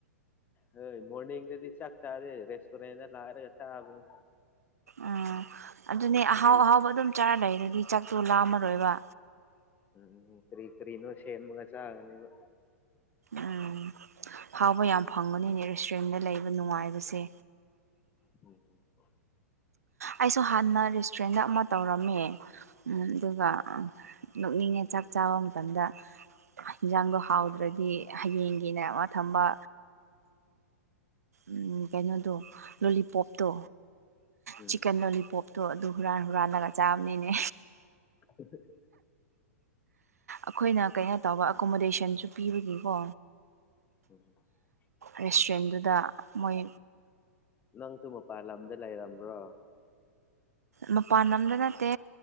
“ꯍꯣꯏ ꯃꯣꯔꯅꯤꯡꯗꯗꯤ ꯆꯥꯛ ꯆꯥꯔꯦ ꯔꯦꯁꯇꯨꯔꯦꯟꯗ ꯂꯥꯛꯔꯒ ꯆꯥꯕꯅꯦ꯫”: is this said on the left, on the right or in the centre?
Left